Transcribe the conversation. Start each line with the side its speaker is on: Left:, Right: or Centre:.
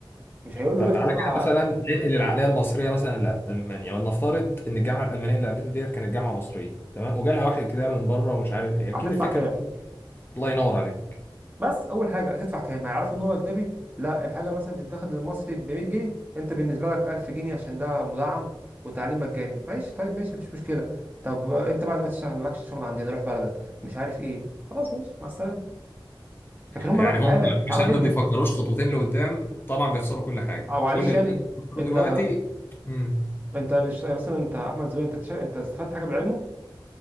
Right: مش هيقول له
Left: طب
Right: روح
Left: تعالى
Right: ادفع
Left: كده مثلا ننقل العقليه المصريه مثلا لالمانيا ولنفترض ان الجامعه الالمانيه اللي قابلته ديت كانت جامعه مصريه تمام وجالها واحد كده من بره ومش عارف ايه اكيد
Right: هتدفع
Left: الفكره
Right: كام
Left: الله ينور عليك
Right: بس اول حاجه هتدفع كام هيعرف ان هو اجنبي لا الحاجه مثلا بتتاخد للمصري ب 100 جنيه انت بالنسبه لك 1000 جنيه عشان ده مدعم وتعليم مجاني ماشي طيب ماشي مفيش مشكله طب آه، انت بعد ما تشتغل مالكش شغل عندنا روح بلدك مش عارف ايه خلاص ماشي مع السلامه لكن هم
Left: يعني
Right: لا
Left: هم
Right: تعالى تعالى
Left: عشان
Right: فيدنا
Left: ما بيفكروش خطوتين لقدام طبعا بيخسروا كل حاجه
Right: اه معلش
Left: كل اللي
Right: يعني
Left: هم بيفكروا
Right: انت
Left: دلوقتي امم
Right: انت مش مثلا انت احمد زويل انت اكتشف- انت استفدت حاجه بالعلم